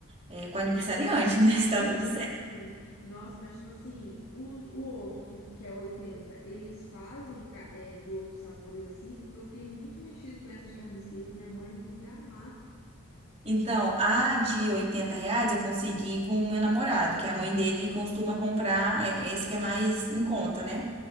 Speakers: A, on the right; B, on the left.
A: é, com o aniversariante, né? <laughs> Se tá
B: <laughs>
A: tudo
B: Assim, sim. Nossa, mas tipo assim, os, o outro que, que é 80 eles fazem ca- é, de outros sabores assim, porque eu fiquei muito mexido com essa de carne seca, minha mãe ia amar.
A: Então, a de 80 reais eu consegui com o meu namorado, que a mãe dele costuma comprar é, esse que é mais em conta, né?